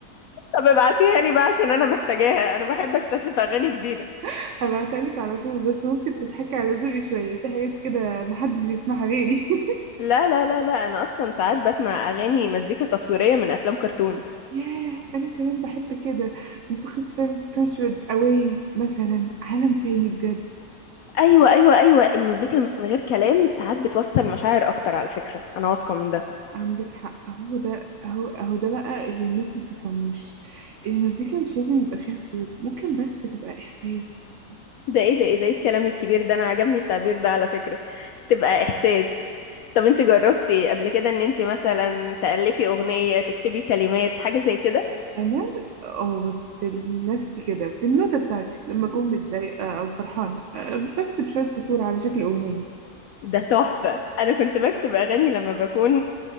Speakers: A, on the left; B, on the right.
A: طب ابعتيها لي بقى عشان انا محتاجاها انا بحب اكتشف اغاني جديده
B: <laughs> هبعتها لك على طول بس ممكن تضحكي على ذوقي شويه في حاجات كده محدش بيسمعها غيري <laughs>
A: لا لا لا لا انا اصلا ساعات بسمع اغاني مزيكا تصويريه من افلام كرتون
B: ياه أنا كمان بحب كده موسيقى فيلم Spirited Away مثلا عالم تاني بجد
A: ايوه ايوه ايوه المزيكا من غير كلام ساعات بتوصل مشاعر اكتر على فكره انا واثقه من ده
B: عندك حق هو ده هو, هو ده بقى اللي الناس ما بتفهموش المزيكا مش لازم يبقى فيها صوت ممكن بس تبقى إحساس
A: ده ايه ده ايه ده ايه الكلام الكبير ده انا عجبني التعبير ده على فكره تبقى احساس طب انت جربتي قبل كده ان انت مثلا تألفي اغنية تكتبي كلمات حاجة زي كده
B: أنا اه بس لنفسي كده في النوتة بتاعتي لما أكون متضايقة أو فرحانة أه، بكتب شوية سطور على شكل أغنية
A: ده تحفة انا كنت بكتب اغاني لما بكون